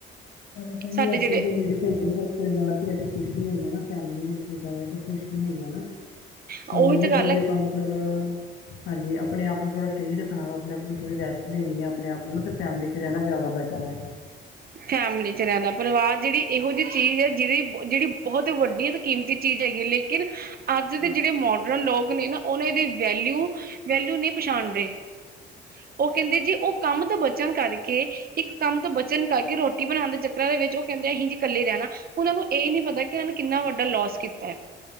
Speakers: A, on the left; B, on the right.
A: ਪਰ ਪਈ ਨ
B: ਸਾਡੇ
A: ਅੱਜ
B: ਜਿਹੜੇ
A: ਕੱਲ ਦੀਆਂ ਲੇਡੀਜ਼ ਬਸ ਪਰਿਵਾਰ ਚ ਬਹਿ ਕੇ ਖੁਸ਼ ਨੀ ਹੈਗਾ ਫੈਮਲੀ ਵਿੱਚ ਬਹਿ ਕੇ ਖੁਸ਼ ਨੀ ਹੈਗਾਾ
B: ਉਹੀ
A: ਪਰ ਨਹੀਂ
B: ਤਾਂ ਗੱਲ
A: ਜੇ
B: ਹੈ
A: ਆਪਾਂ ਨੂੰ ਮਤਲਬ ਹਾਂਜੀ ਆਪਣੇ ਆਪ ਨੂੰ ਥੋੜ੍ਹਾ ਸਹੀ ਰੱਖਣਾ ਵਾ ਆਪਣੇ ਆਪ ਨੂੰ ਥੋੜ੍ਹੀ ਰੈਸਟ ਦੇਣੀ ਆ ਆਪਣੇ-ਆਪ ਨੂੰ, ਤੇ ਫੈਮਿਲੀ'ਚ ਰਹਿਣਾ ਜ਼ਿਆਦਾ ਬੈਟਰ ਐ।
B: ਫੈਮਿਲੀ'ਚ ਰਹਿਣਾ, ਪਰਿਵਾਰ ਜਿਹੜੀ ਇਹੋ ਜਿਹੀ ਚੀਜ਼ ਏ ਜਿਹਦੀ, ਜਿਹੜੀ ਬਹੁਤ ਵੱਡੀ ਕੀਮਤੀ ਚੀਜ਼ ਹੈਗੀ ਆ, ਲੇਕਿਨ ਅੱਜ ਦੇ
A: ਬਸ
B: ਜਿਹੜੇ ਮੋਡਰਨ ਲੋਕ ਨੇ ਨਾ, ਉਹਨਾਂ ਦੇ ਵੈਲਿਊ, ਵੈਲਿਊ ਨਹੀਂ ਪਛਾਣਦੇ। ਉਹ ਕਹਿੰਦੇ ਜੀ, ਉਹ ਕੰਮ ਤੋਂ ਬਚਨ ਕਰਕੇ ਇੱਕ ਕੰਮ ਤੋਂ ਬਚਨ ਕਰਕੇ ਰੋ ਰੋਟੀ ਬਣਾਣ ਦੇ ਚੱਕਰਾਂ ਦੇ ਵਿੱਚ, ਉਹ ਕਹਿੰਦੇ ਆ ਅਹੀ ਜੀ ਕੱਲੇ ਰਹਿਣਾ। ਉਹਨਾਂ ਨੂੰ ਇਹ ਨੀ ਪਤਾ, ਕਿ ਇਹਨਾਂ ਨੇ ਕਿੰਨਾ ਵੱਡਾ ਲੌਸ ਕੀਤੈ।